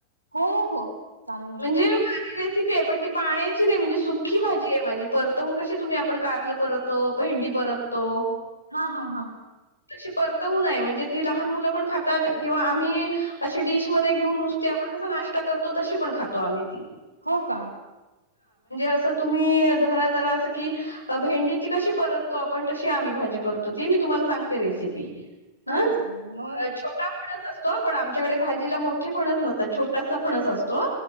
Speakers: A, on the right; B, on the left.
A: हो हो चालेल ना
B: म्हणजे माझी पण ते पाण्याची नाही म्हणजे सुखी भाजी आहे. माझी परतवून कशी तुम्ही आपण कारलं परत- -तो, भेंडी परततो
A: हा हा हा
B: तशी परतवून आहे म्हणजे ती लहान मुलं पण खातात किंवा आम्ही अशी डिशमध्ये घेऊन नुसती आपण कसा नाश्ता करतो तशी पण खातो आम्ही ती.
A: हो का?
B: अस तुम्ही धरा जरा अस की भेंडी कशी परततो आपण तशी आम्ही भाजी करतो ती मी तुम्हाला सांगते रेसिपी ह
A: हो चालेल ना. हो, हो.
B: छोटा फणस असतो पण आमच्याकडे भाजीला मोठे फणस नसतात छोटासा फणस असतो